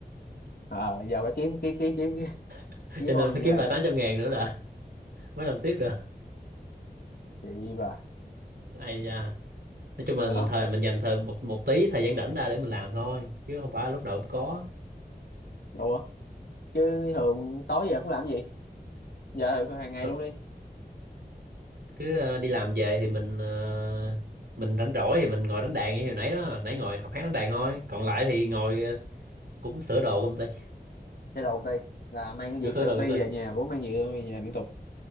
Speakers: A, on the left; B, on the right.
A: Ờ, giờ phải kiếm cái cái kiếm cái
B: <laughs>
A: cái
B: cho nên
A: con
B: phải
A: gì
B: kiếm
A: làm
B: lại 800 ngàn nữa là <laughs> mới làm tiếp được
A: chị bà
B: ai da nói chung
A: rồi
B: là mình
A: đó
B: thời mình dành thời một một tí thời gian rảnh ra để mình làm thôi chứ không phải lúc nào cũng có
A: đúng không chứ thường tối về không làm gì giờ hàng ngày
B: Th-
A: luôn đi
B: cứ ờ, đi làm về thì mình ờ, mình rảnh rỗi thì mình ngồi đánh đàn như hồi nãy đó nãy ngồi học hát đánh đàn thôi còn lại thì ngồi ờ, cũng sửa đồ công ty
A: chơi đồ công ty là mang cái việc
B: cũng sửa
A: từ
B: đồ
A: công ty
B: công ty
A: về nhà bố mang việc về nhà liên tục